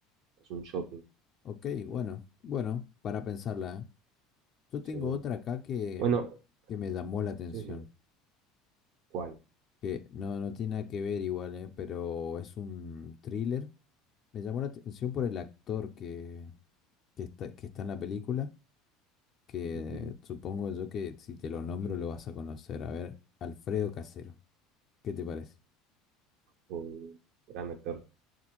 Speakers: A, on the right; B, on the left.
A: Es un shopping.
B: Ok, bueno, bueno, para pensarla, ¿eh? Yo
A: Sí.
B: tengo otra acá que,
A: Bueno,
B: que me llamó la atención.
A: sí, sí. ¿Cuál?
B: que no, no tiene nada que ver igual, ¿eh? Pero es un thriller. Me llamó la atención por el actor que, que está, que está en la película, que
A: Ujú.
B: supongo yo que si te lo nombro lo vas a conocer. A ver, Alfredo Casero, ¿qué te parece?
A: Oh, gran actor.